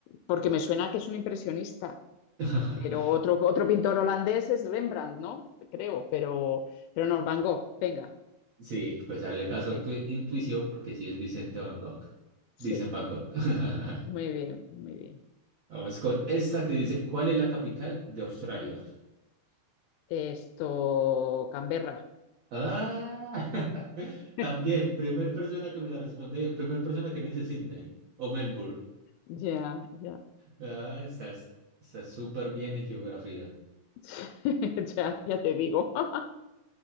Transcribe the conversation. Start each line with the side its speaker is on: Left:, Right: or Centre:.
Left: porque me suena que es un impresionista,
Right: <laughs>
Left: pero otro, otro pintor holandés es Rembrandt, ¿no? Creo, pero, pero no, Van Gogh, venga,
Right: Sí, pues hazle caso
Left: sí,
Right: a tu intuición porque sí es Vicente Van Gogh.
Left: sí,
Right: Vicente Van Gogh. <laughs>
Left: muy bien, muy bien.
Right: Vamos con esta que dice, ¿cuál es la capital de Australia?
Left: Esto, Canberra,
Right: Ah, <laughs> también,
Left: <laughs>
Right: primer persona que me la responde, primer persona que no dice Sydney o Melbourne.
Left: ya, ya,
Right: Ah, estás, estás súper bien en geografía.
Left: <laughs> ya, ya te digo. <laughs>